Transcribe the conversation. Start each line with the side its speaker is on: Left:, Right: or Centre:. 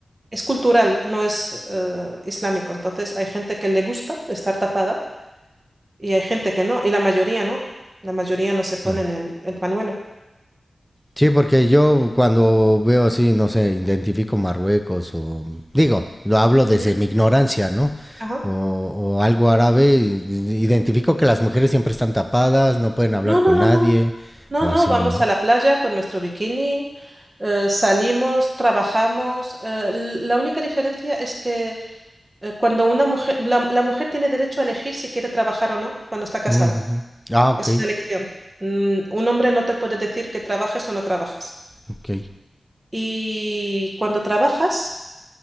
Right: Es cultural, no es eh, islámico. Entonces, hay gente que le gusta estar tapada y hay gente que no, y la mayoría no. La mayoría no se ponen
Centre: claro.
Right: el, el panuelo.
Centre: Sí, porque yo cuando veo así, no sé, identifico Marruecos o digo, lo hablo desde
Right: Ujú.
Centre: mi ignorancia, ¿no?
Right: Ajá.
Centre: O, o algo árabe, i- identifico que las mujeres siempre están tapadas, no pueden hablar
Right: No,
Centre: con
Right: no, no,
Centre: nadie
Right: no. No,
Centre: o
Right: no,
Centre: así,
Right: vamos
Centre: ¿no?
Right: a la playa con nuestro bikini, eh, salimos, trabajamos. eh, l- la única diferencia es que eh, cuando una mujer, la, la mujer tiene derecho a elegir si quiere trabajar o no cuando está casada.
Centre: Ujú. Ah, ok,
Right: Es una elección. Mm, un hombre no te puede decir que trabajes o no trabajes.
Centre: ok.
Right: Y cuando trabajas,